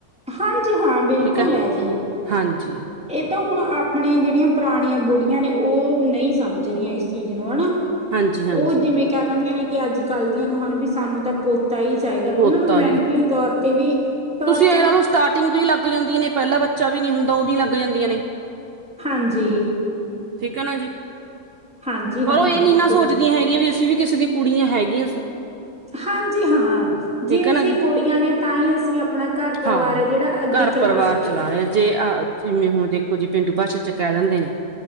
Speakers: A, in the centre; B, on the right.
A: ਹਾਂਜੀ ਹਾਂ ਬਿਲਕੁਲ
B: ਠੀਕ ਹੈ
A: ਐ ਜੀ।
B: ਹਾਂਜੀ
A: ਏ ਤਾਂ ਹੁਨ ਅਪਨੇ ਜੇੜੀਆਂ ਪੁਰਾਨੀਆਂ ਬੁੜੀਆਂ ਨੇ ਓ ਨਈ ਸਮਝ ਰਈਆਂ ਇਸ ਚੀਜ਼ ਨੂੰ ਐਨਾ।
B: ਹਾਂਜੀ ਹਾਂਜੀ
A: ਓ ਜਿਵੇਂ ਕੈ ਦਿੰਦੀਆਂ ਨੇ ਕਿ ਆੱਜ ਕਾੱਲ ਦੀਆਂ ਨੂੰਹਾ ਨੂੰ ਵੀ ਸਾਨੂੰ ਤਾਂ ਪੁ ਤਾ ਈ ਚਾਈਦਾ
B: ਪੋਤਾ
A: ਉਨਾਂ ਨੂੰ ਮੈਂਟਲੀ ਤੌਰ ਤੇ ਵੀ ਟੋਰ
B: ਪੈਲਾਂ ਓ ਸਟਾਰਟਿੰਗ ਤੋਂ ਈ ਲੱਗ ਜਾਂਦੀਆਂ ਨੇ ਪੈਲਾ ਬੱਚਾ ਵੀ ਨੀ ਹੁੰਦਾ ਓ ਵੀ ਲੱਗ ਜਾਂਦੀਆਂ ਨੇ।
A: ਹਾਂਜੀ।
B: ਠੀਕ ਐ ਨਾ ਜੀ
A: ਹਾਂਜੀ
B: ਪਰ
A: ਹਾਂ
B: ਓ ਏਨੀ
A: ਬਿਲਕੁਲ
B: ਨਾ ਸੋਚ ਦੀ ਹੈਗੀਆਂ ਵੀ ਅਸੀਂ ਵੀ ਕਿਸੇ ਦੀ ਕੁੜੀਆਂ ਹੈਗੀਆਂ ਸੀ।
A: ਹਾਂਜੀ ਹਾਂ। ਜੇ
B: ਠੀਕ ਹੈ
A: ਅਸੀਂ
B: ਨਾ ਜੀ
A: ਕੁੜੀਆਂ ਦੇ ਤਾਂ ਈ ਅਸੀਂ ਅਪਣਾ ਘਰ ਪਰਿਵਾਰ
B: ਹਾਂ
A: ਐ ਜੇੜਾ ਅੱਗੇ
B: ਘਰ
A: ਚੱਲਾ
B: ਪਰਿਵਾਰ
A: ਸਕੇਆ।
B: ਚਲਾ ਰਹੇ ਆ ਜੇ ਆ ਜਿਵੇਂ ਹੁਣ ਦੇਖੋ ਜੀ ਪੇਂਡੂ ਭਾਸ਼ਾ ਚ ਕੈ ਦਿੰਦੇ ਹੀ।